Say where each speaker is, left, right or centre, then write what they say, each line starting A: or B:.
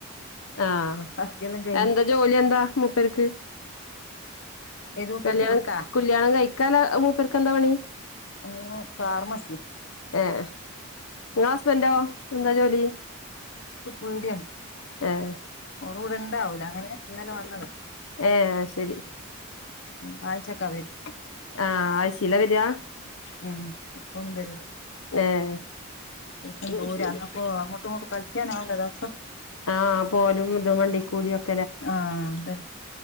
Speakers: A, on the left (about 80°); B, on the left (about 55°).
A: ആഹ്
B: ബാക്കിയെല്ലാം കഴിഞ്ഞ്
A: എന്താ ജോലി എന്താ മുപ്പേർക്ക്
B: ഏത് മൂപ്പർക്ക്
A: കല്യാണം
B: ഇവിടുത്താ
A: കല്യാണം കഴിക്കാന് മൂപ്പേർക്ക് എന്താ പണി
B: ഓന് ഫാർമസിയാ
A: ഏഹ നിങ്ങള് ഹസ്ബന്റോ എന്താ ജോലി
B: പീടിയം
A: ആഹ്
B: റൂടെ ഉണ്ടാവൂല അങ്ങനെ ഇന്നലെ വന്നത
A: ഏഹ് ശെരി
B: ഉം ആയ്ച്ചക്കാ വര്
A: ആഹ് ആഴ്ച്ചീലാ വരാ
B: ഉം എപ്പൊ ഒന്നും വരൂല.
A: ഏഹ്
B: പെട്ടെന്ന്
A: ഉം
B: ദൂര
A: ശരി
B: അപ്പോ അങ്ങോട്ടും ഇങ്ങോട്ടും കളി കളിക്കാനാവൂല ദിവസം
A: ആഹ് പോഅലും ഇതും വണ്ടിക്കൂലിയൊക്കെ
B: ആഹ് തെ